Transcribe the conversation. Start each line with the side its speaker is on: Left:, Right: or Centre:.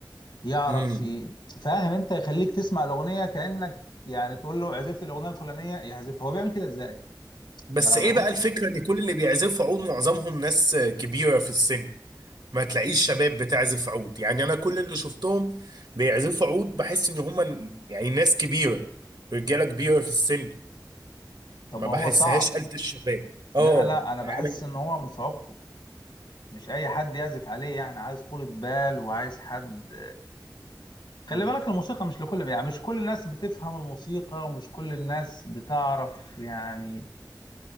Left: يعرف
Right: امم
Left: في فاهم انت يخليك تسمع الاغنيه كانك يعني تقول له عزفت الاغنيه الفلانيه يعزفها هو بيعمل كده ازاي
Right: بس
Left: فبحس
Right: ايه بقى الفكرة ان كل اللي بيعزفوا عود معظمهم ناس كبيرة في السن ما تلاقيش شباب بتعزف عود يعني انا كل اللي شفتهم بيعزفوا عود بحس ان هم يعني ناس كبيره رجاله كبيره في السن
Left: طب
Right: ما
Left: ما
Right: بحسهاش
Left: هو صعب
Right: آلة الشباب اه
Left: لا لا انا بحس
Right: يعني
Left: ان هو من صعوبته مش اي حد يعزف عليه يعني عايز طولة بال وعايز حد خلي
Right: مم.
Left: بالك الموسيقى مش لكل يعني مش كل الناس بتفهم الموسيقى ومش كل الناس بتعرف يعني